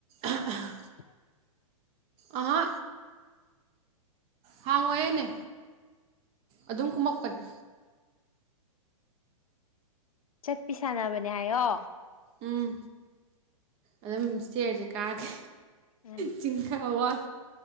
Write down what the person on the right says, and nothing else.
ꯑꯍꯥ ꯑꯍꯥ
ꯑꯍ ꯍꯥꯡꯉꯣꯏꯌꯦ ꯅꯦ ꯑꯗꯨꯝ ꯀꯨꯝꯃꯛꯄꯅꯦ
ꯎꯝ ꯑꯗꯨꯝ ꯏꯁꯇꯤꯌꯔꯁꯦ ꯀꯥꯒꯦ
ꯆꯤꯡꯀꯥꯕ ꯋꯥ